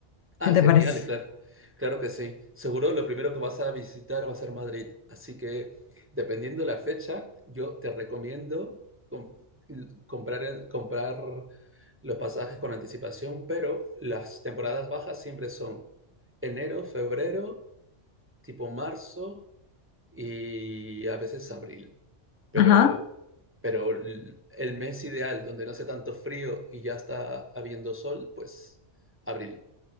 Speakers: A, on the right; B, on the left.
A: Ah,
B: ¿Qué te
A: genial,
B: parece?
A: claro. Claro que sí. Seguro lo primero que vas a visitar va a ser Madrid. Así que, dependiendo la fecha, yo te recomiendo com- l- comprar, el- comprar los pasajes con anticipación, pero las temporadas bajas siempre son enero, febrero, tipo marzo y a veces abril. Pero,
B: Ajá,
A: pero l- el mes ideal, donde no hace tanto frío y ya está habiendo sol, pues abril.